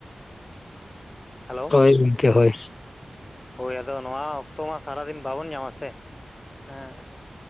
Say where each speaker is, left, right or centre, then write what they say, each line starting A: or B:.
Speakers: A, on the left (about 35°); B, on the left (about 50°).
A: ᱦᱮᱞᱳ
B: ᱦᱳᱭ ᱜᱚᱢᱠᱮ ᱦᱳᱭ
A: ᱦᱳᱭ ᱟᱫᱚ ᱱᱚᱶᱟ ᱚᱠᱛᱚ ᱢᱟ ᱥᱟᱨᱟ ᱫᱤᱱ ᱵᱟᱵᱚᱱ ᱧᱟᱢᱟ ᱥᱮ ᱦᱮᱸ